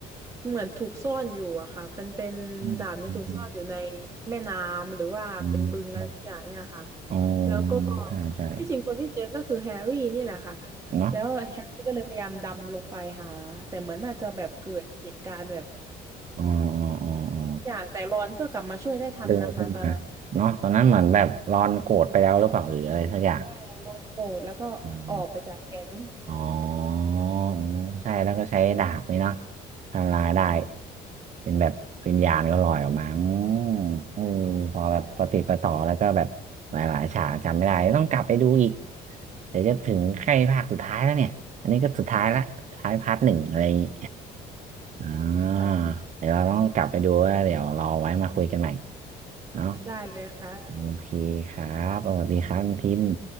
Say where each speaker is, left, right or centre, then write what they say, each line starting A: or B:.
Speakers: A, on the right (about 20°); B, on the right (about 45°).
A: เหมือนถูกซ่อนอยู่อะค่ะเป็นเป็นดาบเนี่ยถูกซ่อนอยู่ใน
B: อืมอืม
A: แม่น้ำหรือว่าเป็นบึงอะไรสักอย่างเนี่ยค่ะ
B: อืมอมอ๋อ
A: แล้วก็
B: ใช่ใช่
A: ที่จริงคนที่เจอก็คือแฮร์รี่นี่แหละค่ะ
B: เนาะ
A: แล้วแฮร์รี่ก็เลยพยายามดำลงไปหาแต่เหมือนน่าจะแบบเกิดเหตุการณ์แบบ
B: อ๋ออ๋ออ๋ออ๋อ
A: อย่างแต่รอนก็กลับมาช่วยได้ทันนะคะตอนนั้น
B: ดึงขึ้นมาเนาะตอนนั้นเหมือนแบบรอนโกรธไปแล้วหรือเปล่าหรืออะไรสักอย่าง
A: ใช่ใช่รอนโกรธแล้วก็ออกไปจากแก๊ง
B: อมอ๋ออ๋อใช่แล้วก็ใช้ดาบนี่เนาะทำลายได้เป็นแบบวิญญาณก็ลอยออกมาอืมอืมพอแบบปฏิดประต่อแล้วก็แบบหลายๆฉากจำไม่ได้ต้องกลับไปดูอีกเดี๋ยวจะถึงใกล้ภาคสุดท้ายแล้วเนี่ยอันนี้ก็สุดท้ายละสุดท้ายพาร์ทหนึ่งอะไรอย่างงี้อ่
A: <laughs> อ่ะ
B: าเดี๋ยวเราต้องกลับไปดูว่าเดี๋ยวรอไว้มาคุยกันใหม่เนาะ
A: ได้เลยค่ะ
B: โอเคครับเอสดีครับคุณพิมพ์